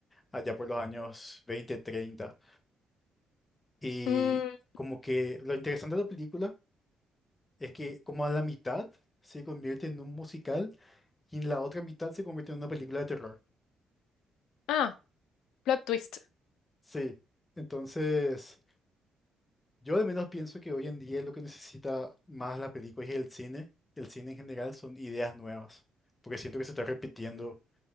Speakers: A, on the left (about 20°); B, on the left (about 80°).
A: allá por los años 20, 30. Y
B: Mm,
A: como que lo interesante de la película es que como a la mitad se convierte en un musical y en la otra mitad se convierte en una película de terror.
B: ah, plot twist.
A: Sí, entonces... Yo al menos pienso que hoy en día lo que necesita más la película y el cine, el cine en general, son ideas nuevas, porque siento que se está repitiendo